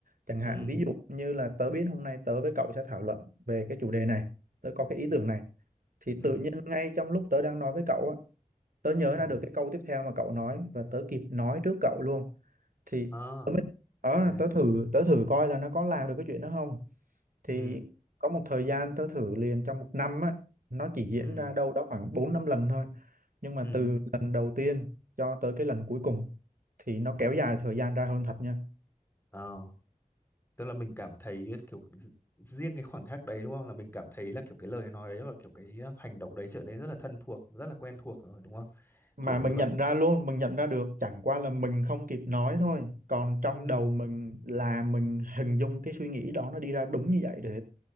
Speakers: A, on the right; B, on the left.
A: chẳng hạn
B: ừ
A: ví dụ như là tớ biết hôm nay tớ với cậu sẽ thảo luận về cái chủ đề này tớ có cái ý
B: ừ
A: tưởng này thì
B: ừ
A: tự nhiên ngay trong lúc tớ đang nói với cậu á tớ nhớ
B: ừ
A: ra được cái câu tiếp theo mà cậu nói và tớ kịp nói trước cậu luôn thì
B: à
A: ờ
B: hay đấy
A: tớ thử tớ thử coi là nó có làm được cái chuyện đó không thì
B: ừ
A: có một thời gian tớ thử liền trong một năm á nó chỉ diễn
B: ừ
A: ra đâu đó khoảng 4 5 lần thôi nhưng mà
B: ừ
A: từ lần đầu tiên cho tới cái lần cuối cùng thì nó kéo dài thời gian ra hơn thật nha
B: ờ tức là mình cảm thấy kiểu ri- riêng cái khoảnh khắc đấy đúng không là mình cảm thấy là kiểu cái lời nói đấy và kiểu cái uh, hành động đấy trở nên rất là thân thuộc rất là quen thuộc rồi đúng không
A: mà
B: kiểu
A: mình
B: như vậy
A: nhận ra luôn mình nhận ra được chẳng qua là mình không kịp nói thôi còn trong
B: ừ
A: đầu mình là mình hình dung cái suy nghĩ đó nó đi ra đúng như vậy để